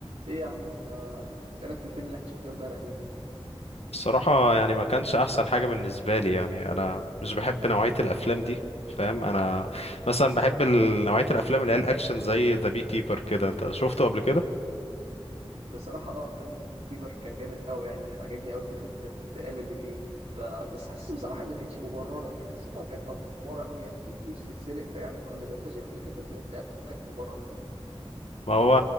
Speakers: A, on the right; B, on the left.
A: ايه يا عم انت ايه رايك في الفيلم اللي احنا شفناه امبارح ده
B: الصراحة يعني ما كانش أحسن حاجة بالنسبة لي يعني أنا مش بحب نوعية الأفلام دي فاهم أنا مثلا بحب ال- نوعية الأفلام اللي هي الأكشن زي ذا بي كيبر كده أنت شفته قبل كده؟
A: بصراحه اه فيلم ذا بيك كيبر كان جامد قوي يعني كان عاجبني قوي فكره الانتقام اللي فيه انت بس حاسس بصراحه ان ما كانتش مبرره حسيتها كانت افوره قوي يعني ايه فلوس تتسرق فيعمل كل ده انت شايف ان فكره الانتقام كانت مبرره فيه
B: ما هو